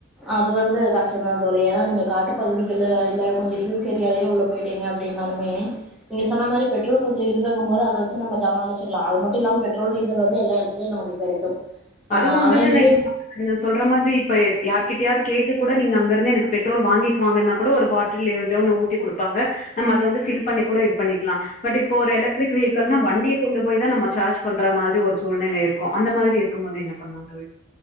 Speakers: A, in the centre; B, on the left.
A: அது வந்து கஷ்டந்தா தோழி ஏன்னா நீங்க காட்டு பகுதிகள்ல இல்ல கொஞ்சம் ஹில்ஸ் ஏரியாவாலயே உள்ள போயிட் ட்டீங்க அப்டின்னாலுமே நீங்க சொன்ன மாரி பெட்ரோல் கொஞ்சோ இருக்கங்க போது அத வச்சி நம்ம சமாளிச்சிக்கலா அது மட்டும் இல்லாமா பெட்ரோல் டீசல் வந்து எல்லா எடத்துலயு நமக்கு கெடைக்கும் ஆ
B: அதுவு வந்துட்டு
A: ஆனா இது
B: நீங்க சொல்ற மாதிரி இப்ப யார்கிட்டயாவது கேட்டு கூட நீங்க அங்க இருந்தே எனக்கு பெட்ரோல் வாங்கிட்டு வாங்கன்னா கூட ஒரு பாட் டில் எதுலயோ ஒன்னு ஊத்தி குடுப்பாங்க நம்ம அத வந்து ஃபில் பண்ணி கூட இது பண்ணிக்கலா பட் இப்போ ஒரு எலக்ட்ரிக் வீக்கல்னா வண்டிய கொண்டு போய் தா நம்ம சார்ஜ் பண்ற மாதிரி ஒரு சூழ்நிலை இருக்கும் அந்த மாதிரி இருக்கு போது என்ன பண்ணா தோழி